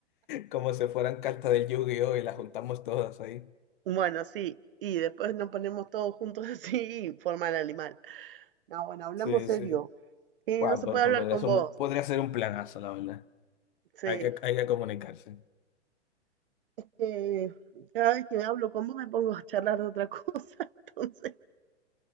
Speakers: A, on the left; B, on the right.
A: Como si fueran cartas del Yu-Gi-Oh! y las juntamos todas ahí.
B: Bueno, sí. Y después nos ponemos todos juntos <laughs> así y forma el animal. No, bueno, hablamos
A: Sí,
B: serio.
A: sí.
B: Eh,
A: Guau,
B: no se
A: po-
B: puede
A: po-
B: hablar
A: podría
B: con
A: ser
B: vos.
A: un, podría ser un planazo, la verdad.
B: Sí.
A: Hay que, hay que comunicarse.
B: Eh, cada vez que hablo con vos me pongo a charlar de otra cosa. <laughs> Entonces,